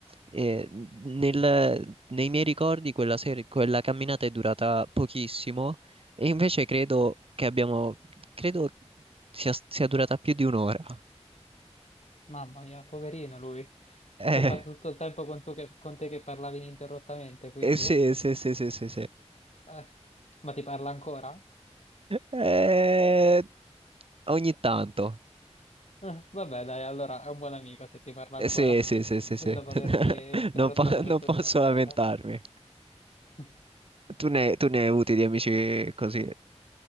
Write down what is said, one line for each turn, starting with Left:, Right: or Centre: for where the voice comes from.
Right: eh, nel- nei miei ricordi quella, sera- quella camminata è durata pochissimo e invece credo che abbiamo, credo sia, sia durata più di un'ora.
Left: Mamma mia, poverino lui. Ci
Right: Eh,
Left: sei fatto tutto il tempo con, tu che- con te che parlavi ininterrottamente, quindi?
Right: eh, sì, sì, sì, sì, sì, sì.
Left: Eh, ma ti parla ancora?
Right: Eh, ogni tanto.
Left: Eh, vabbè, dai, allora è un buon amico se ti parla ancora,
Right: Eh, sì, sì, sì, sì,
Left: <laughs>
Right: sì.
Left: dopo averti
Right: <laughs>
Left: scarrozzato
Right: Non, po-
Left: per
Right: non
Left: tutta
Right: posso
Left: la serata.
Right: lamentarmi.
Left: <laughs>
Right: Tu ne, tu ne hai avuti di amici così.